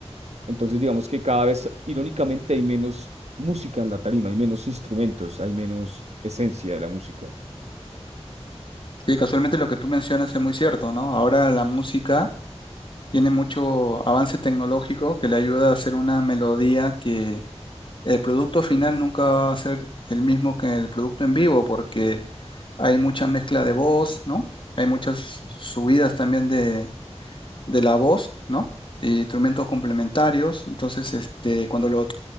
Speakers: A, on the right; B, on the left.
A: Entonces, digamos que cada vez, irónicamente, hay menos música en la tarima, hay menos instrumentos, hay menos esencia de la música.
B: Sí, casualmente lo que tú mencionas es muy cierto, ¿no? Ahora la música tiene mucho avance tecnológico que le ayuda a hacer una melodía que el producto final nunca va a ser el mismo que el producto en vivo, porque hay mucha mezcla de voz, ¿no? Hay muchas subidas también de, de la voz, ¿no? Y instrumentos complementarios. Entonces, este, cuando lo,